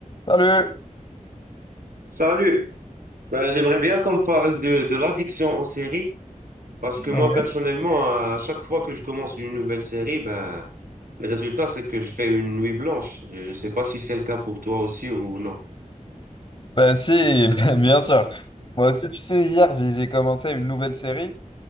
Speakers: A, on the left; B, on the right.
A: Salut!
B: Salut. Ben, j'aimerais bien qu'on parle de, de l'addiction aux séries parce
A: Oui.
B: que moi personnellement, à chaque fois que je commence une nouvelle série, ben, le résultat c'est que je fais une nuit blanche. Je ne sais pas si c'est le cas pour toi aussi ou non.
A: Bah si, <laughs> bah, bien sûr. Moi aussi, tu sais, hier, j'ai j'ai commencé une nouvelle série